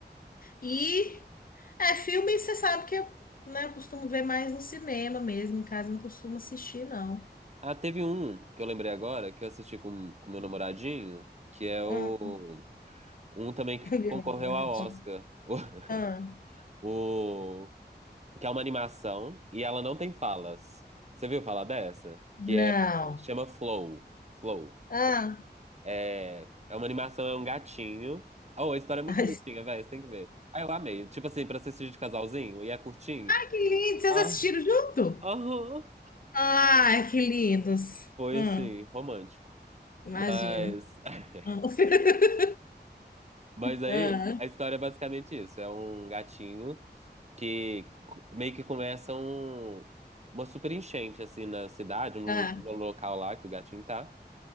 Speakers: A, on the left (about 55°); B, on the right (about 40°).
A: E. É, filme, você sabe que eu, né, eu costumo ver mais no cinema mesmo. Em casa, eu não costumo assistir, não.
B: Ah, teve um que eu lembrei agora, que eu assisti com com meu namoradinho, que é o...
A: Ah,
B: Um também que
A: <laughs>
B: concorreu
A: meu namorado.
B: ao Oscar. <laughs>
A: Ah,
B: O... o- Que é uma animação e ela não tem falas. Você viu falar dessa?
A: não.
B: Chama Flow. Flow.
A: Ah.
B: É, é uma animação, é um gatinho. Oh, a história é muito
A: <laughs> Ai,
B: bonitinha, velho. Você tem que ver. Ah, eu amei. Tipo assim, pra assistir de casalzinho, e é curtinho.
A: que lindo! Vocês
B: Ah,
A: assistiram junto?
B: aham.
A: Ai, que lindos.
B: Foi
A: Hum,
B: assim, romântico.
A: imagino.
B: Mas, <laughs>
A: Hum. <laughs>
B: mas aí
A: Ah,
B: a história é basicamente isso. É um gatinho que co- meio que começa um, uma super enchente assim na cidade, no,
A: ah.
B: lo- no local lá que o gatinho tá.